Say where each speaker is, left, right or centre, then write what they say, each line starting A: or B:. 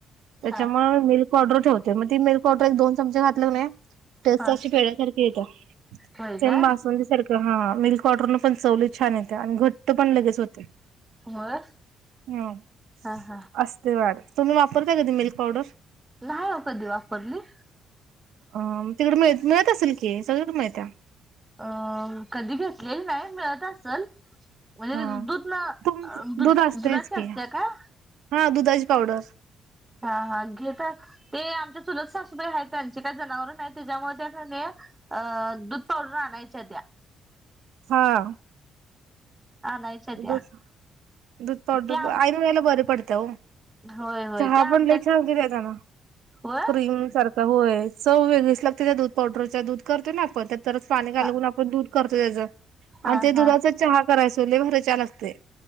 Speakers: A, on the right; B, on the right.
A: त्याच्यामुळे
B: हा
A: मिल्क पावडर ठेवते मग ती मिल्क पावडर एक दोन चमचे घातले क नई तेस
B: हा
A: अशी फेड्यासारखी येत्या,
B: होय
A: सेम
B: का
A: बासुंदी सारख. हां मिल्क पावडरपण चव लई छान येत्या, आणि घ घट्ट पण लगेच होतयं.
B: होय
A: ह.
B: हा हा
A: अस. ते वाढ तुम्ही वापरता कधी मिल्क पावडर
B: न्हाय वो कधी वापरली.
A: अ तिकडे मिळ मिळत असेल की सगळीकडे मिळत्या.
B: अ कधी घेतलेल नाही मिळत असल म्हणजे
A: हा
B: दूध ना
A: तुम
B: दध
A: दूध असतेच
B: दुधाची
A: की
B: असते काय
A: हा दुधाची पावडर.
B: हा हा घेेत ते आमच्या चुलत सासूबाई आहेत त्यांचे काय जनावर नाही त्याच्यामुळे त्यां क नई अ दूध पावडर आणायच्या त्या.
A: हा.
B: आणायच्या त्या
A: दूध. दूध पावडर
B: ते आम
A: आईन वेळेला बरं पडत्या ओ.
B: होय होय
A: चहा
B: ते आमच्यात
A: पण लई छान होतोयं <unintelligible> ताना
B: होय
A: क्रीम सार होय. चव वेगळीच लागत्या दूध पावडरचा दूध करतोय ना आपण तरच पाणी घालवून
B: हा
A: आपण दूध करतो त्याच आणि
B: हा
A: ते
B: हा
A: दुधाच चहा करायचो लई भारी चहा लागतोयं.